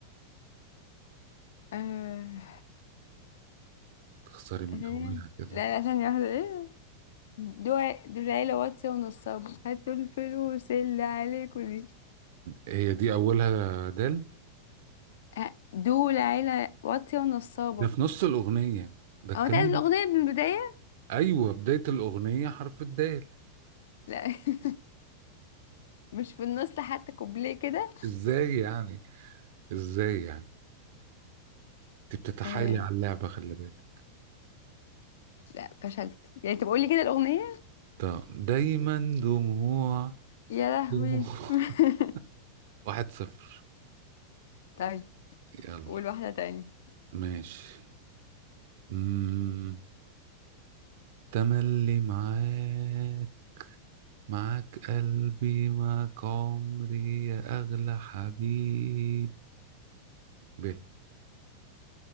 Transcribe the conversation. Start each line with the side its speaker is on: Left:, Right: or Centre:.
Left: آه
Right: تخسري من
Left: ثانية
Right: اولها كده
Left: لا لا ثانية واحدة ايه دول دول العيلة واطية ونصابة هاتوا الفلوس اللي عليكوا دي
Right: هي دي اولها دال
Left: ه- دول عيلة واطية ونصابة
Right: ده في نص الاغنية ده الكلام
Left: هو انت عايز
Right: ده
Left: الأغنية من البداية؟
Right: ايوه بداية الاغنية حرف الدال
Left: لا <laughs> مش في النص حتى كوبليه كده
Right: ازاي يعني ازاي يعني انت بتتحايلي
Left: آه
Right: على اللعبة خلي بالك
Left: لا فشلت يعني انت بقولي كده الأغنية
Right: طب دايما دموع
Left: يا لهوي
Right: دموع <laughs>
Left: <laughs>
Right: واحد صفر
Left: طيب
Right: يلا
Left: قول واحدة تاني
Right: ماشي مم. تملي معاك معاك قلبي معاك عمري يا أغلى حبيب ب